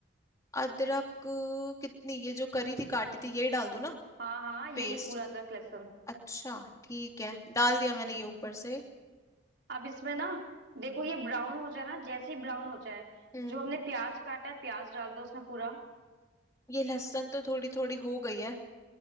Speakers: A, on the left; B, on the right.
A: अदरक अ, कितनी ये जो करी थी काटी थी यही डाल दूं ना
B: हाँ हाँ यही
A: पेस्ट
B: पूरा अदरक लहसुन
A: अच्छा ठीक है डाल दिया मैंने ये ऊपर से
B: अब इसमें ना देखो ये ब्राउन हो जाए ना जैसे ही ब्राउन हो जाए
A: हम्म
B: जो हमने प्याज काटा है प्याज डाल दो उसमें पूरा
A: ये लहसुन तो थोड़ी थोड़ी हो गई है